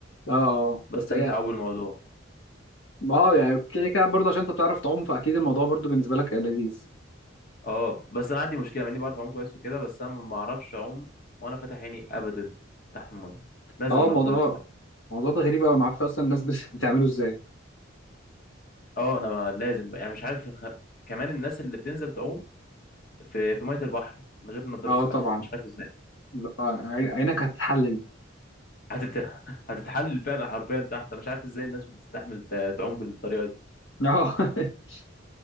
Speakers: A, on the left; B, on the left.
A: اه اه
B: بستمتع
A: بس هي
B: قوي بالموضوع
A: ما هو يعني كده كده برضه عشان انت بتعرف تعوم فاكيد الموضوع برضه بالنسبه لك لذيذ
B: اه بس انا عندي مشكله مع اني بعرف اعوم كويس وكده بس انا ما اعرفش اعوم وانا فاتح عيني ابدا تحت الميه لازم
A: اه الموضوع
B: نضاره سباحه
A: الموضوع ده غريب قوي ما اعرفش اصلا الناس بت- بتعمله ازاي
B: اه انا ما- لازم يعني مش عارف خ... كمان الناس اللي بتنزل تعوم في في ميه البحر من غير نضاره
A: اه
B: سباحه
A: طبعا
B: مش عارف ازاي
A: لا، آه، عين- عينك هتتحلل
B: هتت... <laughs> هتتحلل فعلا حرفيا تحت أنا مش عارف ازاي الناس بتستحمل ت- تعوم بالطريقه دي
A: اه <laughs>